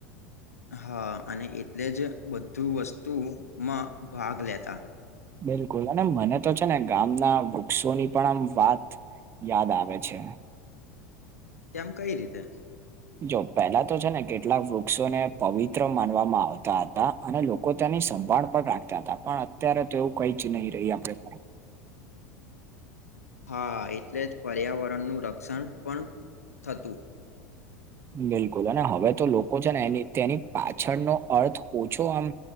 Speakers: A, on the left; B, on the right.
A: હા અને એટલે જ બધું વસ્તુમાં ભાગ લેતા
B: બિલકુલ અને મને તો છે ને ગામના વૃક્ષોની પણ આમ વાત યાદ આવેે છે
A: કેમ કઈ રીતે
B: જો પેલા તો છે ને કેટલાક વૃક્ષોને પવિત્ર માનવામાં આવતા હતા અને લોકો તેની સંભાળ પણ રાખતા હતા પણ અત્યારે તો એવું કઈ જ નહી રહી આપ <inaudible>
A: હા એટલે જ પર્યાવરણનુંું રક્ષણ પણ થતું
B: બિલકુલ અને હવે તો લોકો છે ને એ તેની પાછળનોો અર્થ ઓછો આમ